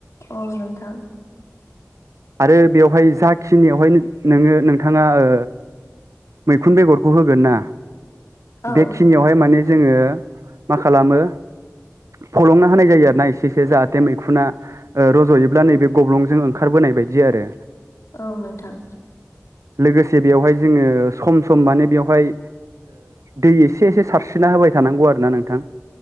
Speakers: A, on the left (about 65°); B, on the right (about 75°).
A: अ नोंथां
B: आरो बेयावहाय जाखिनियावहाय नोङो नोंथाङा ओ मैखुन बेगरखौ होगोन ना
A: औ
B: बेखिनियावहाय माने जोङो मा खालामो फलंना होनाय जायो आरोना एसे एसे जाहाथे मैखुना रज'योब्ला नैबे गब्लंजों ओंखारबोनाय बायदि बिदि आरो
A: औ नोंथां
B: लोगोसे बेवहाय जोङो सम सम माने बेवहाय दै एसे एसे सारस्रिना होबाय थानांगौ आरो ना नोंथां